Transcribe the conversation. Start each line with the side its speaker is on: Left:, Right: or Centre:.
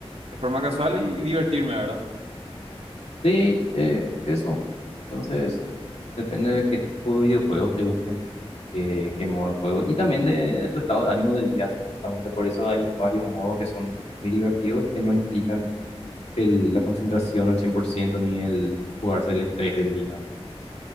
Right: de forma casual y divertirme, ¿verdad?
Left: Sí, eh, eso. Entonces, depende de qué tipo de videojuegos te gusten, qué, qué modo de juego y también de, tu estado de ánimo del día. Así, justamente por eso hay varios modos que son muy divertidos y que no implican el- la concentración al 100% ni el jugarse el estrés del día.